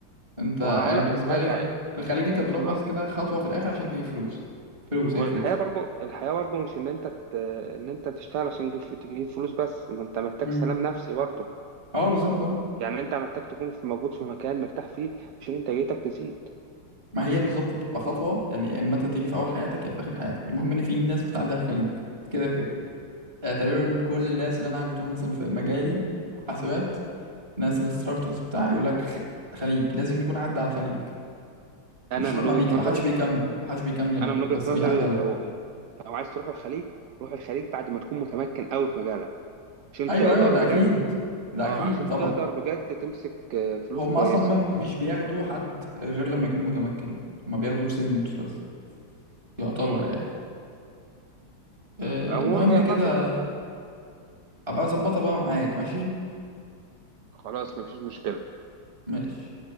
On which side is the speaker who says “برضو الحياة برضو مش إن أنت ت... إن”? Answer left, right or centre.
Right